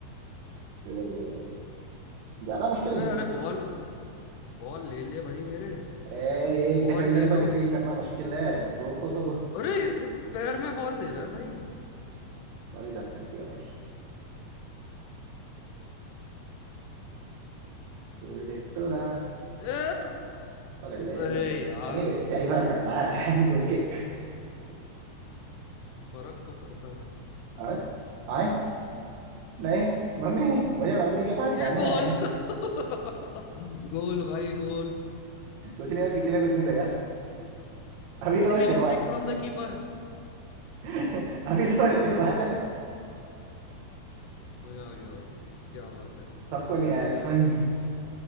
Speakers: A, on the right; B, on the left.
A: देखो देखो देखो देखो। ज्यादा मुश्किल
B: ए,
A: नहीं है।
B: अरे बॉल बॉल ले ले भाई मेरे
A: अरे एक
B: बॉल
A: डिफेंडर
B: ले लो
A: को डिफीट करना मुश्किल है दो को तो
B: अरे ये पैर में बॉल दे रहा है भाई
A: सॉरी सर गलती हो गई गोल ना
B: ए,
A: पकड़ ले
B: अरे
A: नहीं पकड़
B: यार
A: एनीवेज क्या ही फर्क पड़ता है <laughs> गोल किक
B: फर्क तो पड़ता है
A: और आए नहीं मम्मी मुझे मम्मी के पास
B: ये
A: जाना
B: गोल
A: है
B: <laughs> गोल भाई goal
A: कुछ नहीं और किसी ने कुछ नहीं देगा अभी तो
B: Silly
A: बस शुरुआत
B: mistake from the keeper <laughs>
A: <laughs> अभी तो बस शुरुआत है
B: मजा आ गया भाई क्या बात है
A: सबको
B: बढ़िया बढ़िया
A: नहीं आया
B: बढ़िया
A: लक्ष्मण